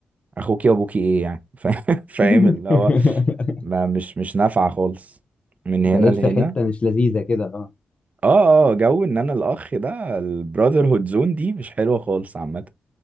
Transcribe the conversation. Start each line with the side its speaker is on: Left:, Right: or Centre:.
Right: اخوكي وابوكي ايه يعني <laughs> فا- فاهم
Left: <laughs>
Right: اللي هو ما مش مش نافعه خالص من
Left: بقيت
Right: هنا لهنا
Left: في حته مش لذيذه كده اه
Right: اه اه جو ان انا الاخ ده البراذر هود زون دي مش حلوه خالص عامه